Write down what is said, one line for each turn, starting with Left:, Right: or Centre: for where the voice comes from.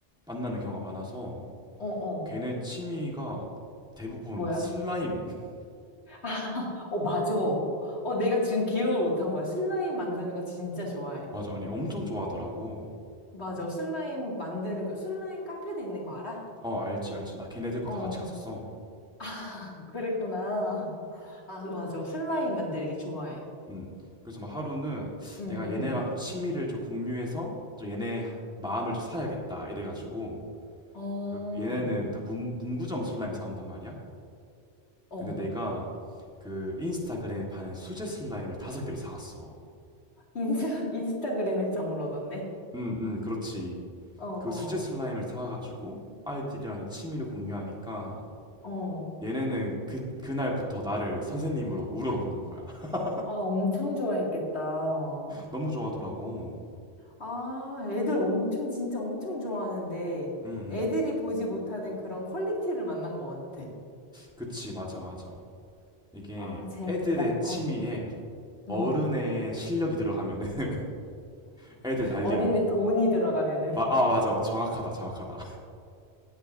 Centre: 만나는 경우가 많아서,
Left: 어, 어.
Centre: 걔네 취미가 대부분
Left: 뭐야?
Centre: 막 슬라임. <laughs>
Left: 아, <laughs> 어, 맞아. 어, 내가 지금 기억을 못 한 거야. 슬라임 만드는 거 진짜 좋아해.
Centre: 맞아, 아니, 엄청 좋아하더라고.
Left: 맞아. 슬라임 만드는 거, 슬라임 카페도 있는 거 알아?
Centre: 어, 알지, 알지. 나 걔네 데리고
Left: 어.
Centre: 다 같이 갔었어.
Left: 아, <laughs> 그랬구나. 아, 맞아. 슬라임 만들기 좋아해.
Centre: 음, 그래서 막 하루는
Left: 응,
Centre: 내가
Left: 응.
Centre: 얘네랑 좀 취미를 좀 공유해서 좀 얘네 하- 마음을 좀 사야겠다 이래가지고
Left: 어,
Centre: 그 얘네는 다 문, 문구점 슬라임 사온단 말이야.
Left: 어.
Centre: 근데 내가 그 인스타그램에 파는 수제 슬라임을 다섯 개를 사갔어.
Left: 인스타, 인스타그램에서 정보를 얻었네.
Centre: 응응, 그렇지.
Left: 어, 어,
Centre: 그 수제 슬라임을 사가지고 아이들이랑 이 취미를 공유하니까
Left: 어.
Centre: 얘네는 그 그날부터 나를 선생님으로 우러러 보는 거야. <laughs>
Left: 아, 엄청 좋아했겠다.
Centre: 너무 좋아하더라고.
Left: 아, 애들 엄청, 진짜 엄청 좋아하는데,
Centre: 응응,
Left: 애들이 보지 못하는 그런 퀄리티를 만난 것 같아.
Centre: 그치, 맞아, 맞아. 이게
Left: 아, 재밌다.
Centre: 애들의 취미에
Left: 어.
Centre: 어른의
Left: 응.
Centre: 실력이 들어가면은 <laughs> 애들 난리나.
Left: 어린애 돈이 들어가면은.
Centre: 마, 아 맞아 맞아. 정확하다 정확하다.